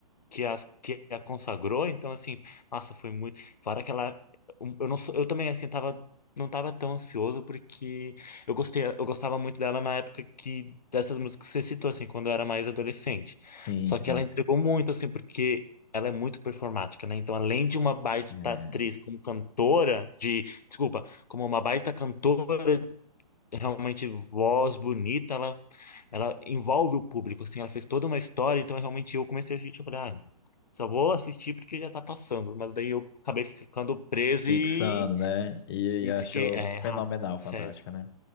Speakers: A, on the left; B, on the left.
A: que, as, que a consagrou, então, assim, nossa, foi muito, fora que ela, um, eu não sou, eu também, assim, tava, não tava tão ansioso, porque eu gostei, eu gostava muito dela na época que, dessas músicas que você citou, assim, quando eu era mais adolescente,
B: Sim,
A: só
B: sim.
A: que ela entregou muito, assim, porque... Ela é muito performática, né? Então, além de uma baita
B: É.
A: atriz como cantora, de desculpa, como uma baita cantora, realmente voz bonita, ela, ela envolve o público, assim, ela fez toda uma história, então realmente eu comecei a assistir, eu falei, ah, só vou assistir porque já tá passando, mas daí eu acabei ficando preso
B: Fixando,
A: e,
B: né? E,
A: e
B: e achou
A: fiquei, é,
B: fenomenal,
A: errado.
B: fantástica,
A: Certo.
B: né?